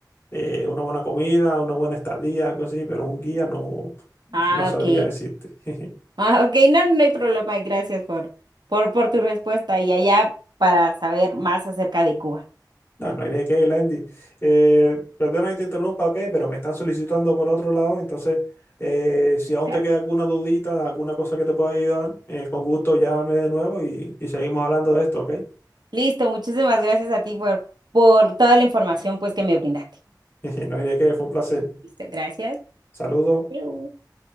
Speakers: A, on the left; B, on the right.
A: eh, una buena comida, una buena estadía, algo así, pero un guía no,
B: Ah,
A: no sabría
B: ok.
A: decirte. <laughs>
B: Ah, ok, no, no hay problema. y Gracias por, por, por tu respuesta y allá para saber más acerca de Cuba.
A: No, no hay de qué, Glendy. Eh, perdona que te interrumpa, ok, pero me están solicitando por otro lado, entonces eh, si aún
B: Claro.
A: te queda alguna dudita, alguna cosa que te pueda ayudar, eh, con gusto llámame de nuevo y, y seguimos hablando de esto, ok.
B: Listo, muchísimas gracias a ti por, por toda la información pues que me brindaste.
A: <laughs> No hay de qué, fue un placer.
B: Listo, gracias.
A: Saludos.
B: Adiós.